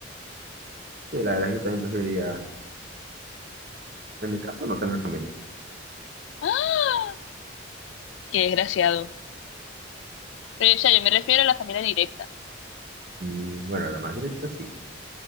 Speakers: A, on the right; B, on the left.
A: Sí, la verdad es que yo también preferiría, en mi caso, no tener familia.
B: ¡Ah! Qué desgraciado. Pero, o sea, yo me refiero a la familia directa.
A: Mm, Bueno, la más directa sí.